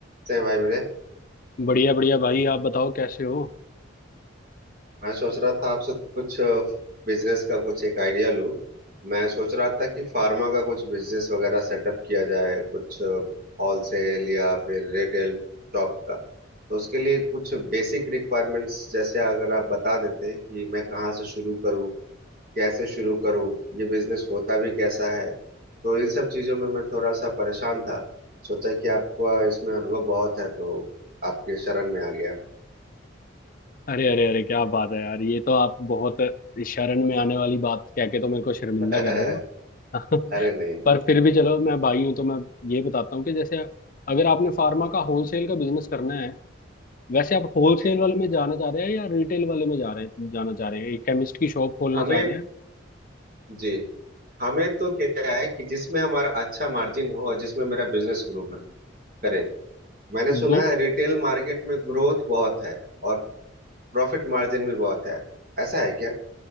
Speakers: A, on the right; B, on the left.
A: से हैं भाई मेरे
B: बढ़िया बढ़िया भाई आप बताओ कैसे हो
A: मैं सोच रहा था आपसे कुछ बिजनेस का कुछ एक आइडिया लूं मैं सोच रहा था कि फार्मा का कुछ बिजनेस वगैरह सेटअप किया जाए कुछ होलसेल या फिर रिटेल शॉप का तो उसके लिए कुछ बेसिक रिक्वायरमेंट्स जैसे अगर आप बता देते कि मैं कहाँ से शुरू करूँ कैसे शुरू करूँ ये बिजनेस होता भी कैसा है तो इन सब चीज़ों में मैं थोड़ा सा परेशान था सोचा कि आपका इसमें अनुभव बहुत है तो आपके शरण में आ गया
B: अरे अरे अरे क्या बात है यार ये तो आप बहुत शरण में आने वाली बात कह के तो मेरे को शर्मिंदा
A: <laughs>
B: कर रहे हो <laughs>
A: अरे नहीं नहीं
B: पर फिर भी चलो मैं भाई हूं तो मैं ये बताता हूँ कि जैसे अगर आपने फार्मा का होलसेल का बिजनेस करना है वैसे आप होलसेल
A: जी
B: वाले में जाना चाह रहे हैं या रिटेल वाले में जा रहे हैं जाना चाह रहे हैं एक केमिस्ट की शॉप खोलना
A: हमें
B: चाह रहे हैं
A: जी हमें तो क्या है कि जिसमें हमारा अच्छा मार्जिन हो और जिसमें मेरा बिजनेस ग्रो कर, करे मैंने सुना
B: दो
A: है रिटेल मार्केट में ग्रोथ बहुत है और प्रॉफिट मार्जिन भी बहुत है ऐसा है क्या